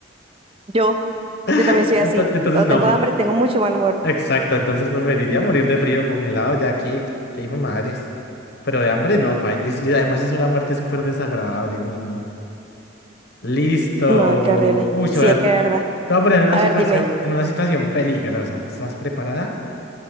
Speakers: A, on the right; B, on the left.
A: yo,
B: <laughs>
A: yo también soy así.
B: Entonces, entonces
A: Cuando
B: no,
A: tengo
B: pues,
A: hambre, tengo mucho mal humor.
B: Exacto, entonces preferiría morir de frío congelado, ya que, que hijo de madres. Pero de hambre no, pa. Y si- además es una muerte súper desagradable, uy, no. Listo.
A: No, qué horrible.
B: Uy,
A: Sí,
B: a ver,
A: es que
B: te,
A: es
B: te
A: verdad.
B: voy a poner en una
A: A
B: situación,
A: ver, dime.
B: en una situación peligrosa. ¿Estás preparada?